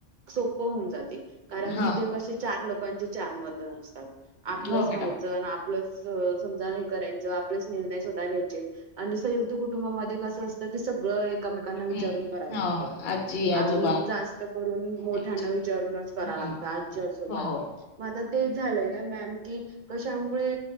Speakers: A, on the right (about 50°); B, on the left (about 55°).
A: सोप होऊन जाते कारण
B: हा
A: तिथे कसे चार लोकांचे चार मत नते... आपलंच
B: हो मॅडम
A: राहायचं आपलंच समजा हे करायचं आपल्याच निर्णय य आणि संयुक्त कुटुंबामध्ये कसं असतं की सगळं... एकमेकांना विचारून
B: हम्म
A: कराव लागतं...
B: हो आजी आजोबा
A: आणि जास्त करून मोठ्यांना
B: नाही विचारत.
A: विचारूनच कराव
B: हम्म
A: लागतं आजच्या जगात
B: हो
A: मग आता तेच झालंय ना मॅम की कशामुळे